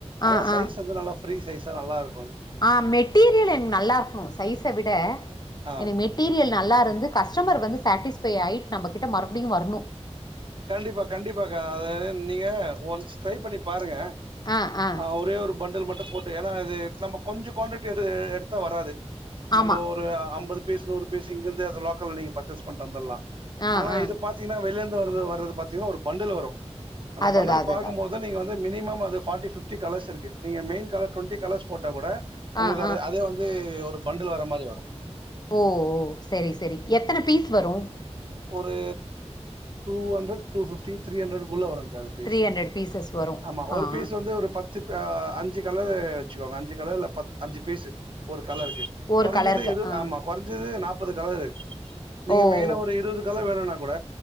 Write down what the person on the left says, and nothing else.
ஆ
ஆ
ஆ மெட்டீரியல் எனக்கு நல்லாயிருகனு சைச விட
எனக்கு மெட்டீரியல் நல்லாயிருந்து கஸ்டமர் வந்து சாட்டிஸ்பைட் ஆயிட்டு நம்ம கிட்ட மறுபடியும்வர்ணு
ஆ ஆ
ஆமா
ஆ
ஆ
அதுதா
அதுதா
ஆ
ஆ
ஓஓ செரி செரி எத்தனை பீஸ் வரும்
three hundred பீசஸ் வரு
ஆ
ஆ
ஒரு
கலருக்கு
ஆ
ஓ
ஓ.